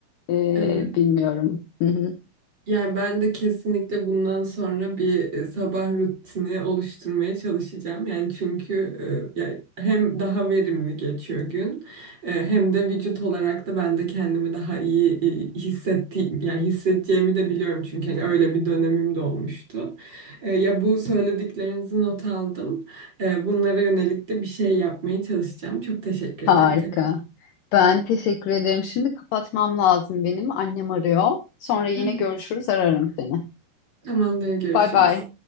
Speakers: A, on the left (about 75°); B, on the right (about 30°).
A: e,
B: Evet. <laughs>
A: bilmiyorum. Hı hı.
B: Yani ben de kesinlikle bundan sonra bir e, sabah rutini oluşturmaya çalışacağım. Yani çünkü e, ya hem daha verimli geçiyor gün e, hem de vücut olarak da ben de kendimi daha iyi e, hissetti yani hissedeceğimi de biliyorum çünkü hani öyle bir dönemim de olmuştu. E, Ya bu söylediklerinizi not aldım. E, Bunlara yönelik de bir şey yapmaya çalışacağım. Çok teşekkür
A: Harika.
B: ederim tekrar.
A: Ben teşekkür ederim. Şimdi kapatmam lazım benim. Annem arıyor. Sonra yine
B: <laughs>
A: görüşürüz, ararım seni.
B: Tamamdır, görüşürüz.
A: Bay bay.